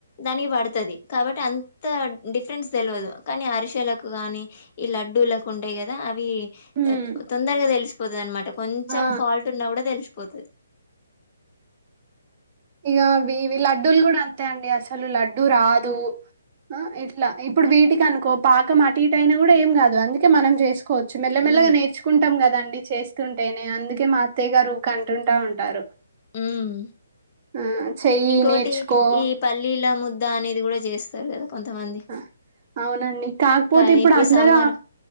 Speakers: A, on the left; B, on the right.
A: దాని పడుతది కాబట్టి అంత డిఫరెన్స్ తెలియదు కానీ అరిసలకు కాని ఈ లడ్డూ లకు ఉండాయి కదా అవి ఈ
B: హ్మ్
A: తొందరగా తెలిసిపోతది అనమాట కొంచెం
B: ఆ
A: ఫాల్ట్ ఉన్నా కూడా తెలుసి పోతది
B: ఇక వి ఇవి లడ్డూలు కూడా అంతే అండి అసలు లడ్డూ రాదు అ ఇట్లా ఇప్పుడు వీటికి అనుకో పాకం అటు ఇటు అయినా కూడా ఏం కాదు అందుకే మనం చేసుకో సుకోచ్చు మెల్లమెల్గాేర్చుకుంటం
A: ఉమ్
B: కదండి చేస్త ంటేనే అందుకే మా అత్తయ్య గారు ఊకే అంటుంటా ఉంటారు
A: ఉమ్
B: ఆ చెయ్యి
A: ఇంకోకోటి
B: నేర్చుకో
A: ఈ పల్లీల ము దా అనేది కూడా చేస్తారు కదా కొంతమంది
B: ఆ! అవునండి కాకపోతే
A: ప
B: ఇప్పుడు అందరూ
A: సమ్మర్